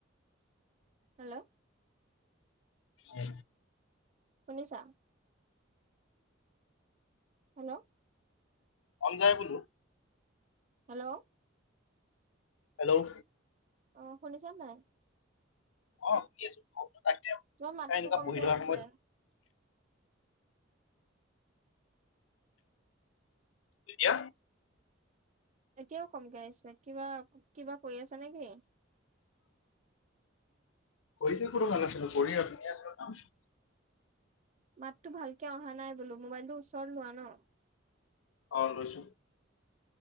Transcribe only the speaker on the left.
এ
অমজায় বোলো।
হেল্ল'?
অ, ঠিক আছো। তাক
খাই এনেকুৱা
বহি থকা
সময়ত এতিয়া?
কৰি কি কো মালাছুো কৰি আুনি আিবা কামোন <unintelligible>
অ লৈছোঁ।